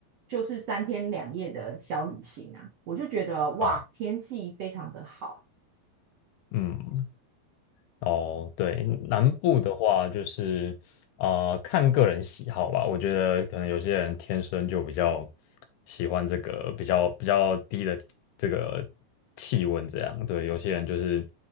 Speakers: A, on the right (about 85°); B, on the left (about 75°).
A: 就是三天两夜的小旅行啊，我就觉得哇，
B: 啊、
A: 天气非常的好。
B: 嗯。哦，对，南部的话就是，呃，看个人喜好吧。我觉得可能有些人天生就比较喜欢这个比较比较低的这个气温这样。对，有些人就是